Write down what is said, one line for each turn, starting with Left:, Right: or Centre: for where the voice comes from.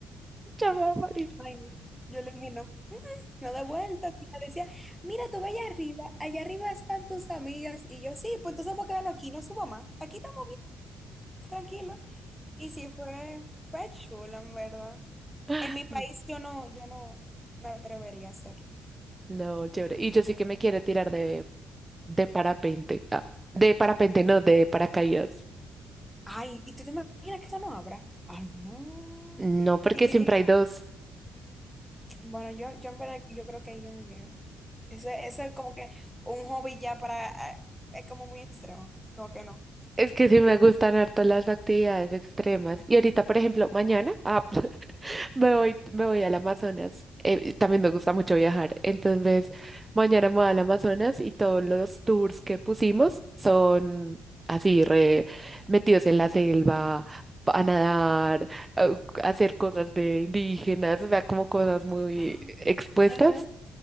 Right: ya me voy a morir.
Centre: Ay, no. Yo le dije, no, <laughs> mm, no de vuelta. Y me decía, mira, tú ve allá arriba, allá arriba están tus amigas. Y yo, sí, pues entonces vamos a quedarnos aquí, no suba más. Aquí estamos tranquilo. Y sí fue, fue chulo, en verdad.
Right: <laughs>
Centre: En mi país yo no, yo no me atrevería a hacerlo.
Right: No, chévere. Y
Centre: Aunque-
Right: yo sí que me quiero tirar de, de parapente. Ah, de parapente, no, de paracaídas.
Centre: Ay, ¿y tú te imaginas que eso no habrá? Ay, no.
Right: No, porque
Centre: Dije
Right: siempre
Centre: que,
Right: hay dos.
Centre: bueno, yo, yo en verdad, yo creo que ahí yo no llego. Eso, eso es como que un hobby ya para, eh, es como muy extremo, como que no.
Right: Es que sí me gustan harto las actividades extremas. Y ahorita, por ejemplo, mañana ah, <laughs> me voy, me voy al Amazonas. Eh, también me gusta mucho viajar. Entonces, mañana me voy al Amazonas y todos los tours que pusimos son así, re metidos en la selva, a nadar, a a hacer cosas de indígenas, o sea, como cosas muy
Centre: Ah,
Right: expuestas.
Centre: ay, no.